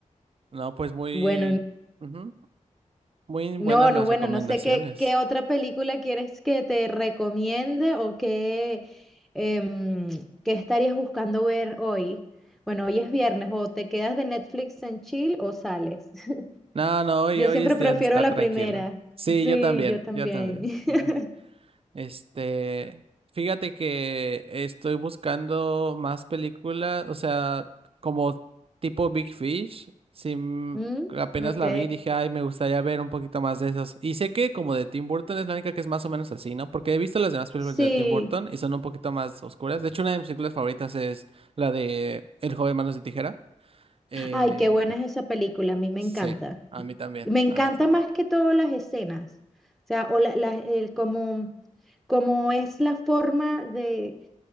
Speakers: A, on the right; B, in the centre.
A: No, pues muy,
B: Bueno,
A: ujú, Muy buenas
B: No, no,
A: las
B: bueno,
A: recomendaciones.
B: no sé qué, qué otra película quieres que te recomiende o qué, em, qué estarías buscando ver hoy. Bueno, hoy es viernes, o te quedas de Netflix en chill o sales. <laughs>
A: No, no, hoy,
B: Yo
A: hoy
B: siempre
A: es
B: prefiero
A: día de estar
B: la
A: tranquilo.
B: primera.
A: Sí,
B: Sí,
A: yo también,
B: yo también.
A: yo también.
B: <laughs>
A: Ujú. Este, fíjate que estoy buscando más películas, o sea, como tipo Big Fish. Sí, mm,
B: Mm,
A: apenas
B: ok.
A: la vi, y dije, ay, me gustaría ver un poquito más de esas. Y sé que como de Tim Burton es la única que es más o menos así, ¿no? Porque he visto las demás películas
B: Sí.
A: de Tim Burton y son un poquito más oscuras. De hecho, una de mis películas favoritas es la de El joven manos de tijera. Eh,
B: Ay, qué buena es esa película, a mí me
A: sí,
B: encanta.
A: a mí también,
B: Me encanta
A: a mí también.
B: más que todo las escenas. O sea, o la, la- el, como, como es la forma de